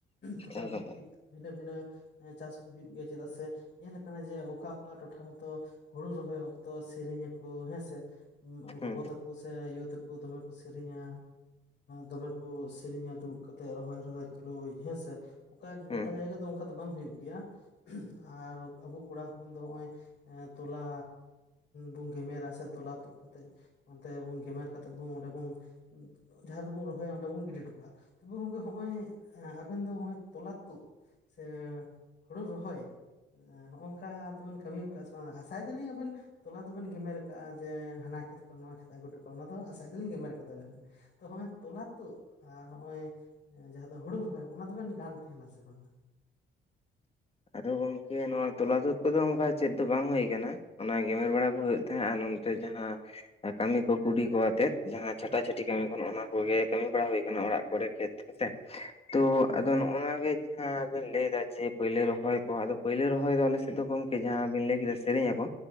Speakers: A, on the left; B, on the left.
A: ᱴᱚᱴᱷᱟ
B: ᱮᱠᱫᱚᱢ
A: ᱵᱷᱤᱛᱛᱤᱠ
B: ᱦᱩᱸ
A: ᱵᱷᱤᱱᱟᱹ ᱵᱷᱤᱱᱟᱹ ᱮᱸ ᱪᱟᱥ ᱠᱚ ᱦᱩᱭᱩᱜ ᱜᱮᱭᱟ ᱪᱮᱫᱟᱜ ᱥᱮ ᱧᱮᱞ ᱠᱟᱱᱟ ᱡᱮ ᱚᱠᱟ ᱚᱠᱟ ᱴᱚᱴᱷᱟ ᱨᱮᱫᱚ ᱦᱳᱲᱳ ᱨᱚᱦᱚᱭ ᱚᱠᱛᱚ ᱥᱮᱨᱮᱧ ᱟᱠᱚ ᱦᱮᱸᱥᱮ ᱜᱚᱸᱜᱚᱸ
B: ᱦᱩᱸ
A: ᱛᱟᱠᱚ ᱥᱮ ᱟᱭᱳ ᱛᱟᱠᱚ ᱫᱚᱢᱮ ᱠᱚ ᱥᱮᱨᱮᱧᱟ ᱫᱚᱢᱮ ᱠᱚ ᱥᱮᱨᱮᱧᱟ ᱫᱩᱲᱩᱵ ᱠᱟᱛᱮᱫ ᱨᱚᱦᱚᱭ ᱨᱚᱦᱚᱭ ᱛᱩᱞᱩᱡ ᱦᱮᱸᱥᱮ ᱚᱠᱟ
B: ᱦᱩᱸ
A: ᱜᱚᱴᱟ ᱡᱟᱭᱜᱟ ᱫᱚ ᱚᱱᱠᱟ ᱫᱚ ᱵᱟᱝ ᱦᱩᱭᱩᱜ ᱜᱮᱭᱟ ᱟᱨ ᱟᱵᱚ ᱠᱚᱲᱟ ᱦᱚᱯᱚᱱ ᱫᱚ ᱦᱚᱜᱼᱚᱭ ᱛᱚᱞᱟ ᱵᱚᱱ ᱜᱮᱢᱮᱨᱟ ᱥᱮ ᱛᱚᱞᱟ ᱛᱩᱫ ᱠᱟᱛᱮᱜ ᱚᱱᱛᱮ ᱵᱩᱱ ᱜᱮᱢᱮᱨ ᱠᱟᱛᱮᱜ ᱵᱩᱱ ᱚᱸᱰᱮ ᱵᱩᱱ ᱡᱟᱦᱟᱸ ᱨᱮᱵᱩᱱ ᱨᱚᱦᱚᱭᱟ <unintelligible> ᱵᱩᱱ ᱜᱤᱰᱤ ᱴᱚᱠᱟᱜᱼᱟ, ᱛᱚᱵᱮ ᱜᱚᱝᱠᱮ ᱦᱚᱜᱼᱚᱭ ᱟᱵᱮᱱ ᱫᱚ ᱦᱚᱜᱼᱚᱭ ᱛᱚᱞᱟ ᱛᱳᱜ ᱥᱮ ᱦᱳᱲᱳ ᱨᱚᱦᱚᱭ ᱦᱚᱸ ᱚᱝᱠᱟ ᱫᱚ ᱵᱮᱱ ᱠᱟᱹᱢᱤ ᱠᱟᱜ ᱥᱮ ᱵᱟᱝ ᱟᱥᱟᱭ ᱫᱟᱞᱹᱤᱧ ᱟᱵᱤᱱ ᱛᱚᱞᱟ ᱫᱚ ᱵᱮᱱ ᱜᱮᱢᱮᱨ ᱠᱟᱜᱼᱟ ᱡᱮ ᱦᱟᱱᱟ ᱠᱷᱮᱛ ᱠᱷᱚᱱ ᱱᱚᱣᱟ ᱠᱷᱮᱛ ᱟᱹᱜᱩ ᱴᱚᱠᱟᱜᱼᱟ ᱚᱱᱟ ᱫᱚ ᱟᱥᱟᱭ ᱫᱟᱞᱤᱧ ᱜᱮᱢᱮᱨ ᱠᱟᱫᱟ ᱵᱤᱱ ᱛᱚ ᱦᱚᱸ-ᱚᱭ ᱛᱚᱞᱟ ᱛᱳᱜ ᱟᱨ ᱦᱚᱜ-ᱚᱭ ᱡᱟᱦᱟᱸ ᱫᱚ ᱦᱳᱲᱳ ᱨᱚᱦᱚᱭ ᱚᱱᱟ ᱫᱚ ᱵᱮᱱ ᱜᱟᱱ ᱛᱟᱦᱮᱱᱟ ᱥᱮ ᱵᱟᱝᱼᱟ?
B: ᱟᱫᱚ ᱜᱚᱢᱠᱮ ᱱᱚᱣᱟ ᱛᱚᱞᱟ ᱛᱳᱫ ᱠᱚᱫᱚ ᱚᱱᱠᱟ ᱪᱮᱫ ᱫᱚ ᱵᱟᱝ ᱦᱳᱭ ᱠᱟᱱᱟ ᱚᱱᱟ ᱜᱮᱢᱮᱨ ᱵᱟᱲᱟ ᱠᱚ ᱦᱩᱭᱩᱜ ᱛᱟᱦᱮᱸᱜ ᱟᱨ ᱱᱚᱱᱛᱮ ᱡᱟᱦᱟᱸ ᱠᱟᱹᱢᱤ ᱠᱚ ᱠᱩᱰᱤ ᱠᱚ ᱟᱛᱮᱫ ᱡᱟᱦᱟᱸ ᱪᱷᱟᱴᱟ ᱪᱷᱟᱹᱴᱤ ᱠᱟᱹᱢᱤ ᱠᱚ ᱱᱚᱜ ᱱᱚᱣᱟ ᱠᱚᱜᱮ ᱠᱟᱹᱢᱤ ᱵᱟᱲᱟ ᱦᱩᱭ ᱠᱟᱱᱟ ᱚᱲᱟᱜ ᱠᱚᱨᱮ ᱠᱷᱮᱛ ᱦᱮᱸᱛᱮ ᱛᱚ ᱟᱫᱚ ᱱᱚᱜᱼᱚ ᱱᱚᱣᱟ ᱜᱮ ᱡᱟᱦᱟᱸ ᱵᱮᱱ ᱞᱟᱹᱭᱫᱟ ᱡᱮ ᱯᱳᱭᱞᱳ ᱨᱚ ᱦᱚᱭ ᱠᱚ ᱟᱫᱚ ᱯᱟᱹᱭᱞᱟᱹ ᱨᱚᱦᱚᱭ ᱫᱚ ᱟᱞᱮᱥᱮᱫ ᱫᱚ ᱜᱚᱢᱠᱮ ᱡᱟᱦᱟᱸᱵᱤᱱ ᱞᱟᱹᱭ ᱠᱮᱫᱟ ᱥᱮᱨᱮᱧ ᱟᱠᱚ